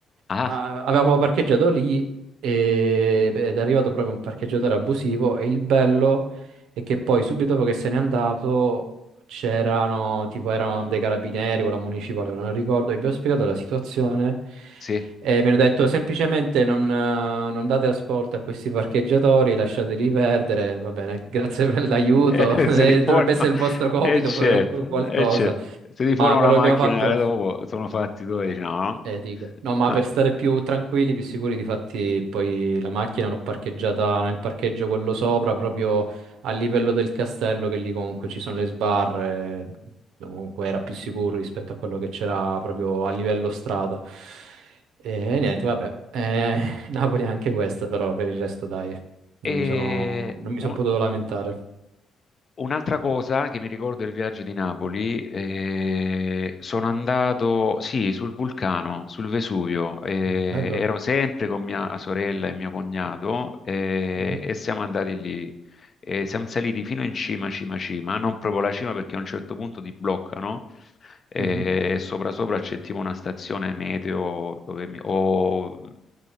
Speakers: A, on the left; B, on the right.
A: Ah,
B: Ah, avevamo parcheggiato lì e- ed è arrivato proprio un parcheggiatore abusivo e il bello è che poi subito dopo che se n'è andato c'erano, tipo erano dei carabinieri o la municipale, ora non ricordo, e vi ho spiegato la situazione
A: sì,
B: e mi hanno detto semplicemente non, eh, non date ascolto a questi parcheggiatori, lasciateli perdere, va bene, grazie per l'aiuto,
A: eh,
B: <laughs> eh,
A: se ti forma,
B: dovrebbe essere il vostro compito
A: e certo,
B: fare qu- qualcosa,
A: eh, certo. Se ti
B: ma
A: forma
B: quello
A: la macchina,
B: che abbiamo fatto...
A: eh, dopo sono fatti 12,
B: Eh,
A: no?
B: eh, dico. No, ma
A: Eh.
B: per stare più tranquilli, più sicuri, difatti poi la macchina l'ho parcheggiata nel parcheggio quello sopra, proprio a livello del castello, che lì comunque ci sono le sbarre, dove comunque era più sicuro rispetto a quello che c'era proprio a livello strada. E niente, vabbè, eh, <laughs> Napoli è anche questa, però per il resto dai, non
A: E
B: mi sono, non mi
A: un-
B: sono potuto lamentare.
A: Un'altra cosa che mi ricordo del viaggio di Napoli, eh, sono andato, sì, sul vulcano, sul Vesuvio, eh,
B: Ah, bello.
A: ero sempre con mia sorella e mio cognato eh,
B: Mhm.
A: e siamo andati lì, Eh, siamo saliti fino in cima, cima, cima, non proprio la cima perché a un certo punto ti bloccano eh,
B: Mhm.
A: e sopra sopra c'è tipo una stazione meteo dove mi- o